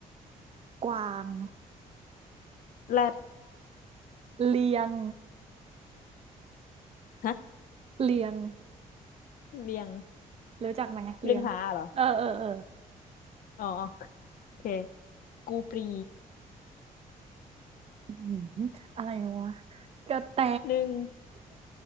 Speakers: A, on the right; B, on the left.
A: กวาง
B: แรด
A: เลียง
B: ฮะ
A: เลียง
B: เรียง
A: รู้จักไหม เลียง
B: เรียงผาเหรอ
A: เออ เออ เออ
B: อ๋อ โอเค กูปรี
A: อืมอะไรวะกระแต
B: หนึ่ง